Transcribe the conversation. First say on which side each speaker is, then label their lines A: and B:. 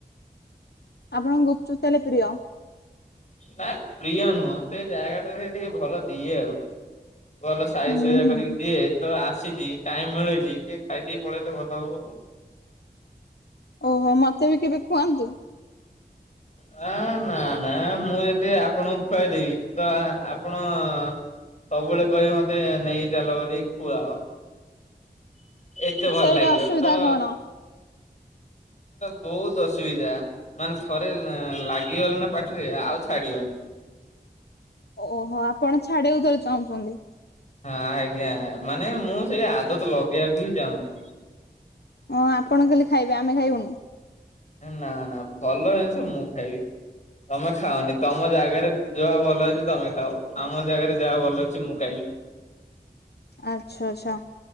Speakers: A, on the left (about 75°); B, on the left (about 45°).
A: ଆପଣଙ୍କୁ ଗୁପ୍ ଚୁପ୍ ତାହେଲେ ପ୍ରିୟ?
B: ନା ପ୍ରିୟ ନୁହଁ। ସେଇ ଜାଗା ଟାରେ ଟିକେ ଭଲ ଦିଏ ଆଉ। ଭଲ ସାଇଜ୍
A: ହୁଁ
B: ସୁଜା
A: ହୁଁ
B: କରିକି ଦିଏ। ତ ଆସିଛି ଟାଇମ୍ ମିଳୁଛି ଟିକେ ଖାଇ ଦେଇ ପଳେଇଲେ ଭଲ ହବ।
A: ଓହୋ ମତେ ବି କେବେ ଖୁଆନ୍ତୁ?
B: ହ ନା ନା ମୁଁ ଯଦି ଆପଣଙ୍କୁ ଖୁଆଇଦେବି ତ ଆପଣ ସବୁବେଳେ କହିବେ ମତେ ନେଇ ଚାଲ ବୋଲି ଖୁଆଓ। ଏତେ ଭଲ
A: ସେଇଟା
B: ଲାଗିବ
A: ଅସୁବିଧା
B: ତ
A: କଣ?
B: ବୋହୁତ୍ ଅସୁବିଧା ମାନେ ଥରେ ଲାଗିଗଲେ ନା ପାଟିରେ ଆଉ ଛାଡିିବନି।
A: ଓହୋ ଆପଣ ଛାଡି ବାକୁ ଥରେ ଚାହୁଁଛନ୍ତି।
B: ହଁ ଆଜ୍ଞା ମାନେ ମୁଁ ସେଇ ଆଦତ ଲଗେଇବାକୁ ହିଁ ଚାହୁନି।
A: ହଁ ଆପଣ ଖାଲି ଖାଇବେ ଆମେ ଖାଇବୁନୁ।
B: ନା ନା ଭଲ ଜିନିଷ ମୁଁ ଖାଇବି। ତମେ ଖାଅନି ତମ ଜାଗାରେ ଯାହା ଭଲ ଅଛି ତମେ ଖାଉ ଆମ ଜାଗାରେ ଯାହା ଭଲ ଅଛି ମୁଁ ଖାଇବି
A: ଆଚ୍ଛା ଆଛା